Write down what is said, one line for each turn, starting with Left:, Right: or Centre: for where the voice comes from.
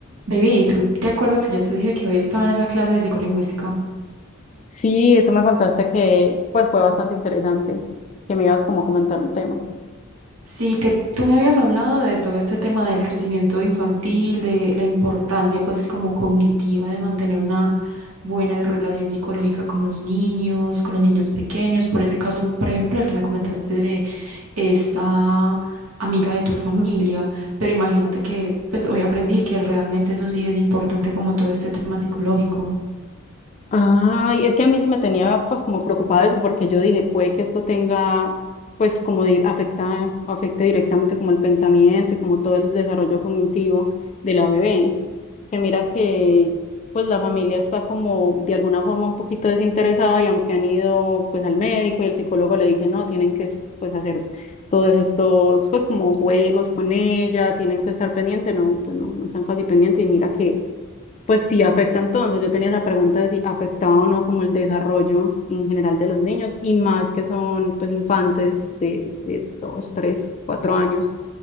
Right: Baby, ¿tú te acuerdas que yo te dije que hoy estaba en esa clase de psicolingüística?
Left: Sí, tú me contaste que pues fue bastante interesante, que me ibas como a comentar un tema.
Right: Sí, que tú me habías hablado de todo este tema del crecimiento infantil, de la importancia pues como cognitiva de mantener una buena relación psicológica con los niños, con los niños pequeños, por ese caso, por ejemplo, el que me comentaste de esta amiga de tu familia, pero imagínate que pues hoy aprendí que realmente eso sí es importante como todo este tema psicológico.
Left: Ay, es que a mí sí me tenía pues como preocupada eso porque yo dije, puede que esto tenga pues como di- afecta afecte directamente como el pensamiento y como todo el desarrollo cognitivo de la bebé. que mira que pues la familia está como de alguna forma un poquito desinteresada y aunque han ido pues al médico y el psicólogo le dice no, tienen que es- pues hacer todos estos pues como juegos con ella, tienen que estar pendiente, no, pues no, no están casi pendientes y mira que pues sí afecta entonces, yo tenía esa pregunta de si afectaba o no como el desarrollo en general de los niños y más que son pues infantes de, de dos, tres, cuatro años.